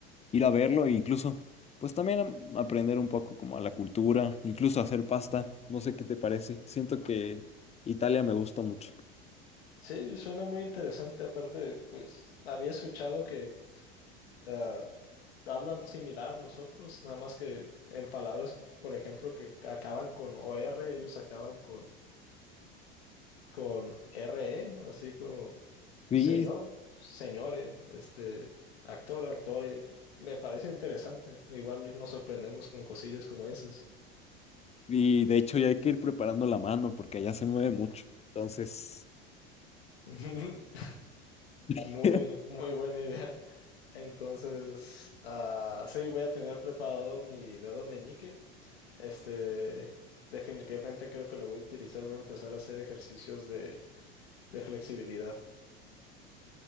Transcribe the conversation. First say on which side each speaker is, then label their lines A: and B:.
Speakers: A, on the left; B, on the left.
A: ir a verlo e incluso, pues también am- aprender un poco como a la cultura, incluso hacer pasta. No sé qué te parece. Siento que Italia me gusta mucho.
B: Sí, suena muy interesante. Aparte, pues había escuchado que ah, hablan similar a nosotros, nada más que en palabras, por ejemplo, que acaban con o r, ellos acaban con, con RE, así como
A: Y,
B: señor, señore, este, actor, actore. Me parece interesante. Igual y nos sorprendemos con cosillas como esas.
A: y de hecho ya hay que ir preparando la mano porque allá se mueve mucho. Entonces,
B: <laughs>
A: <laughs>
B: Muy, muy buena idea. Entonces, ah, sí, voy a tener preparado mi dedo meñique Este, definitivamente creo que lo voy a utilizar. Voy a empezar a hacer ejercicios de, de flexibilidad.